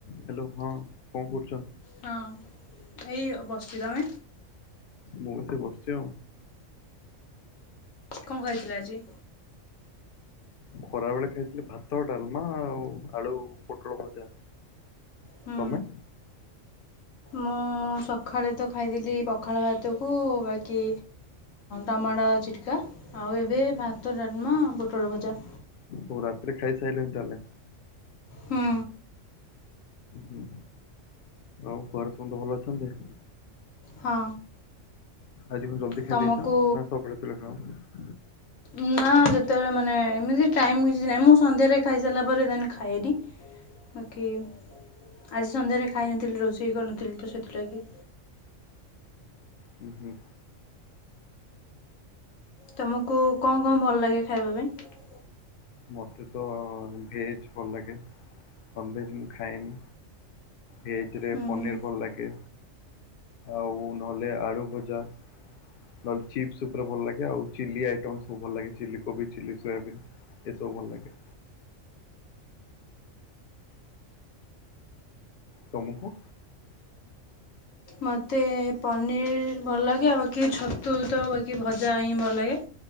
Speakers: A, on the left; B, on the left.
A: Hello ହଁ କଣ କରୁଛ
B: ହଁ ଏଇ ବସିଛି ତମେ
A: ମୁଁ ବିତ ବସିଛି ଆଉ
B: କଣ ଖାଇଥିଲ ଆଜି?
A: ଖରା ବେଳେ ଖାଇଥିଲି ଭାତ ଡାଲମା ଆଉ ଆଳୁ ପୋଟଳ ଭଜା
B: ହୁଁ
A: ତମେ
B: ମୁଁ ସକାଳେ ତ ଖାଇଥିଲି ପଖାଳ ଭାତକୁ ବାକି ଟମାଟୋ ଚିଟକା ଆଉ ଏବେ ଭାତ ଡାଲମା ପୋଟଳ ଭଜା
A: ଓ ରାତିରେ ଖାଇସାରିଳନି ତାହେଲେ
B: ହୁଁ।
A: ହୁଁ ଆଉ ଘର ସମତେ ଭଲ ଅଛନ୍ତି।
B: ହଁ
A: ଆଜି ମୁ ଜଲ୍ଦି ଖାଇ
B: ତମକୁ
A: ଦେଇଛ ନା ସକାଳେ ତେଳେ ଖାଅ
B: ନା ଯେତେବେଳେ ମାନେ ଏମିତି ଟାଇମ କିଛି ନାହିଁ ମୁଁ ସନ୍ଧ୍ୟାରେ ଖାଇସାରିଲା ପରେ ଦେନ୍ ଖାଏନି ବାକି ଆଜି ସନ୍ଧ୍ୟାରେ ଖାଇନଥିଲି ରୋଷେଇ କରିନଥିଲି ତ ସେଥିଲାଗି
A: ହୁଁ ହୁଁ
B: ତମକୁ କଣ କଣ ଭଲ ଲାଗେ ଖାଇବା ପାଇଁ
A: ମତେ ତ ଭେଜ୍ ଭଲ ଲାଗେ ନନ୍ଭେଜ୍ ମୁଁ ଖାଏନି ଭେଜରେ
B: ହୁଁ
A: ପନିର୍
B: ହୁଁ
A: ଭଲ ଲାଗେ ଆଉ ନହେଲେ ଆଳୁ ଭଜା ନହେଲେ ଚିପ୍ସ ଉପରେ ଭଲ ଲାଗେ ଆଉ ଚିଲି ଆଇଟମ ସବୁ ଭଲ ଲାଗେ ଚଲି କୋବି ଚିଲି ସୋୟାବିନ୍ ଏସବୁ ଭଲ ଲାଗେ ତମକୁ
B: ମୋତେ ପନିର୍ ଭଲ ଲାଗେ ଆଉ ବାକି ଛତୁ ତ ବାକି ଭଜା ହିଁ ଭଲ ଲାଗେ